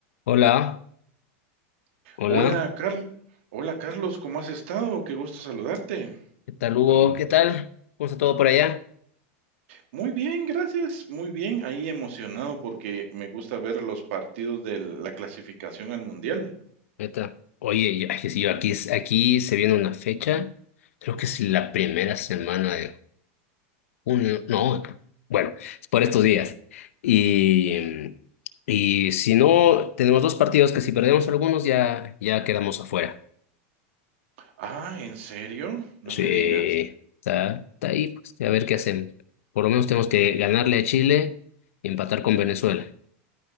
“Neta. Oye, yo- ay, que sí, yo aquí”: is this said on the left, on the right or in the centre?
Left